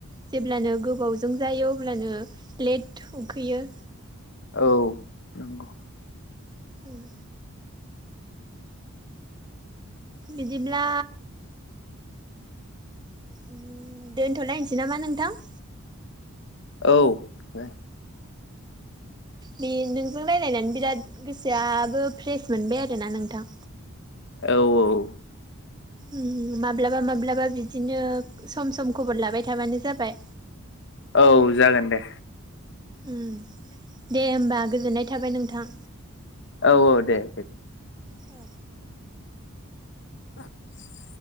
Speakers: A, on the right; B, on the left.
A: जेब्लानो गोबावजों जायो अब्लानो लेट उखैयो
B: औ नंगौ
A: उम बिदिब्ला उम दोन्थ'लायनोसै नामा नोंथां
B: औ
A: बे नोंजों रायलायनानै बिराद गोसोआबो फ्रेस मोनबाय आरोना नोंथां
B: औ औ
A: उम माब्लाबा माब्लाबा बिदिनो सम सम खबर लाबाय थाबानो जाबाय
B: औ जागोन दे
A: उम दे होमबा गोजोननाय थाबाय नोंथां।
B: औ औ दे दे।
A: औ।
B: मा <inaudible>